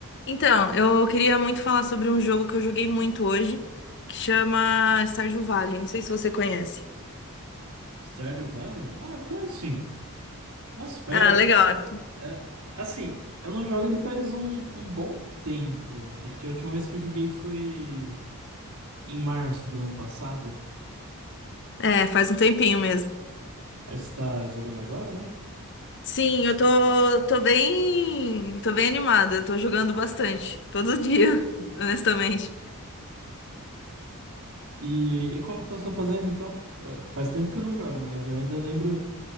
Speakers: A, on the left; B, on the right.
A: Então, eu queria muito falar sobre um jogo que eu joguei muito hoje, que chama Stardew Valley. Não sei se você conhece.
B: Stardew Valley? Ah, eu conheço sim. Nossa, foi.
A: Ah, legal.
B: é, assim, eu não jogo ele faz um, um bom tempo. Acho que a última vez que eu joguei foi em março do ano passado.
A: É, faz um tempinho mesmo.
B: Aí você tá jogando agora, né?
A: Sim, eu tô, tô bem, tô bem animada, tô jogando bastante, todo dia, <laughs> honestamente.
B: E, e como tá só fazendo então? Eu- faz tempo que eu não jogo, mas eu ainda lembro